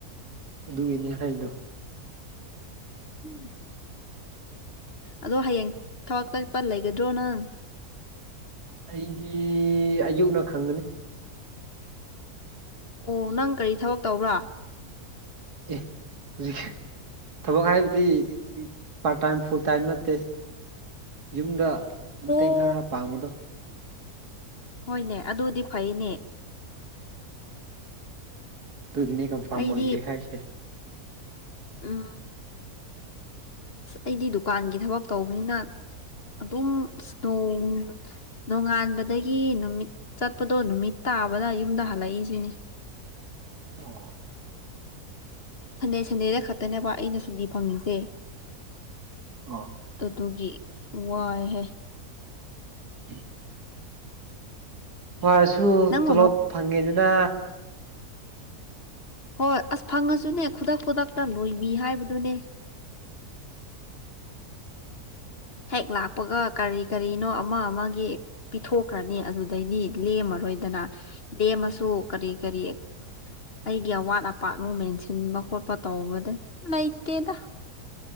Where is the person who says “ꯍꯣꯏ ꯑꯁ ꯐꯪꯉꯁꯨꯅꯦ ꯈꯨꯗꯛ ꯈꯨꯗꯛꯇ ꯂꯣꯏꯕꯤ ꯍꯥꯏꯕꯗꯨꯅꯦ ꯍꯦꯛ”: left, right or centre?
Left